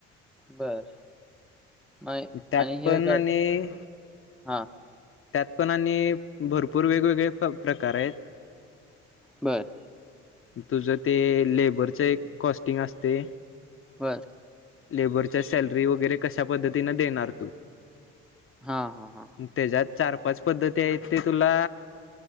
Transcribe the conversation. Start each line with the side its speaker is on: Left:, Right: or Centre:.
Centre: बर... मग
Left: त्यात
Centre: आणि हे
Left: पण
Centre: काय
Left: आणि
Centre: हा
Left: त्यात पण आणि... भरपूर वेगवेगळे प्रकार आहेत.
Centre: बर...
Left: तुझं ते लेबरच एक कॉस्टिंग असते..
Centre: वर..
Left: लेबरच्या सॅलरी वगैरे कशा पद्धतीने देणार...
Centre: हा हा हा
Left: त्याच्यात चार पाच पद्धती आहेत. ते तुला